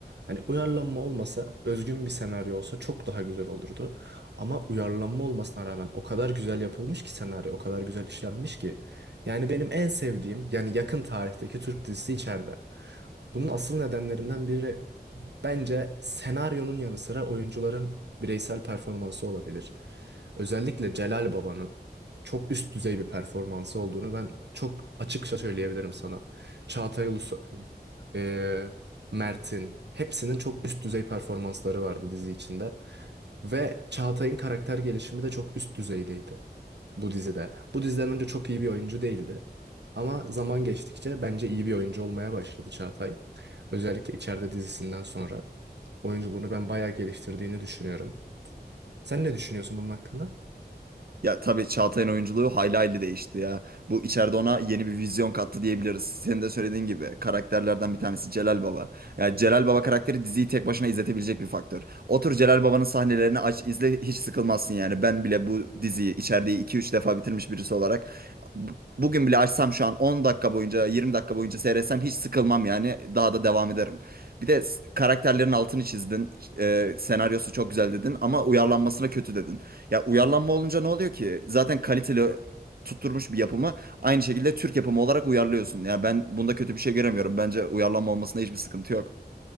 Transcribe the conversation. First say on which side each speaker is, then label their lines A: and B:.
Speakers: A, on the right; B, on the right.
A: Hani uyarlanma olmasa özgün bir senaryo olsa çok daha güzel olurdu. Ama uyarlanma olmasına rağmen o kadar güzel yapılmış ki senaryo, o kadar güzel işlenmiş ki. Yani benim en sevdiğim yani yakın tarihteki Türk dizisi içeride. Bunun asıl nedenlerinden biri Bence senaryonun yanı sıra oyuncuların bireysel performansı olabilir. Özellikle Celal Baba'nın çok üst düzey bir performansı olduğunu ben çok açıkça söyleyebilirim sana. Çağatay Ulusoy, e, Mert'in hepsinin çok üst düzey performansları vardı dizi içinde. Ve Çağatay'ın karakter gelişimi de çok üst düzeydeydi bu dizide. Bu diziden önce çok iyi bir oyuncu değildi. Ama zaman geçtikçe bence iyi bir oyuncu olmaya başladı Çağatay. Özellikle içeride dizisinden sonra oyunculuğunu ben bayağı geliştirdiğini düşünüyorum. Sen ne düşünüyorsun bunun hakkında?
B: Ya tabii Çağatay'ın oyunculuğu hayli hayli değişti ya. Bu içeride ona yeni bir vizyon kattı diyebiliriz. Senin de söylediğin gibi karakterlerden bir tanesi Celal Baba. Ya Celal Baba karakteri diziyi tek başına izletebilecek bir faktör. Otur Celal Baba'nın sahnelerini aç izle hiç sıkılmazsın yani. Ben bile bu diziyi içeride iki üç defa bitirmiş birisi olarak bu- bugün bile açsam şu an 10 dakika boyunca 20 dakika boyunca seyretsem hiç sıkılmam yani. Daha da devam ederim. Bir de s- karakterlerin altını çizdin. e, senaryosu çok güzel dedin ama uyarlanmasına kötü dedin. Ya uyarlanma olunca ne oluyor ki? Zaten kaliteli tutturmuş bir yapımı aynı şekilde Türk yapımı olarak uyarlıyorsun. Ya ben bunda kötü bir şey göremiyorum. Bence uyarlanma olmasında hiçbir sıkıntı yok.